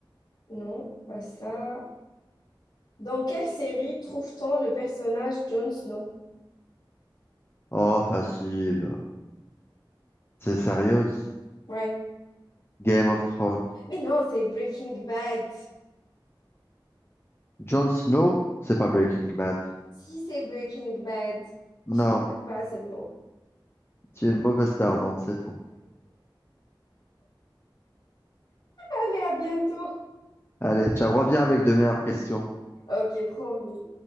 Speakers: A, on the left; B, on the left.
A: Non, pas ça. Dans quelle série trouve-t-on le personnage Jon Snow?
B: Oh, facile. C'est sérieuse.
A: Ouais.
B: Game of Thrones.
A: Mais non, c'est Breaking Bad.
B: Jon Snow, c'est pas Breaking Bad.
A: Si c'est Breaking Bad, je ne sais
B: Non,
A: pas seulement.
B: tu es une mauvaise perdante, c'est tout.
A: Allez, à bientôt.
B: Allez, ciao, reviens avec de meilleures questions.
A: Ok, promis.